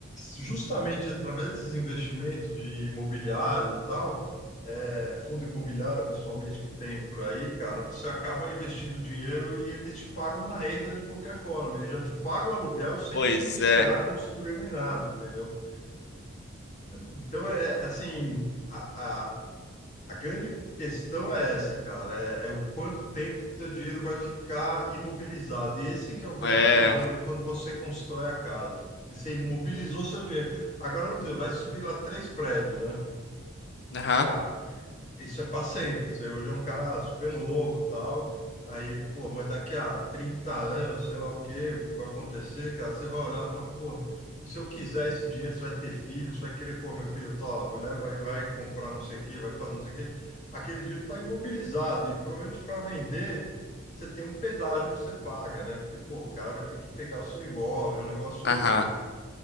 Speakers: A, on the left; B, on the left.
A: justamente através desses investimentos de imobiliário e tal, é, fundo imobiliário, principalmente que tem por aí, cara, você acaba investindo dinheiro e eles te pagam uma renda de qualquer forma, eles já te pagam o aluguel sem
B: pois
A: ter que esperar
B: é.
A: construir nem nada, entendeu? Então é assim, a, a- a grande questão é essa, cara, é, é o quanto tempo que teu dinheiro vai ficar imobilizado. E esse que é o grande
B: É.
A: problema de quando você constrói a casa. Porque Você imobilizou seu dinheiro. Agora vamos dizer, vai subir lá três prédios, né?
B: Aham,
A: Cara, isso é para sempre. Você hoje é um cara super novo, tal. Aí, pô, mas daqui a 30 anos, sei lá o quê, o que vai acontecer, cara? Você vai olhar e falar, pô, e se eu quiser esse dinheiro, você vai ter filho, você vai querer, pô, meu filho, tá, leva aí, vai comprar não sei o quê, vai fazer não sei o quê. Aquele dinheiro está imobilizado e provavelmente para vender, você tem um pedágio que você paga, né? Porque, pô, o cara vai ter que pegar o seu imóvel, é um negócio
B: aham.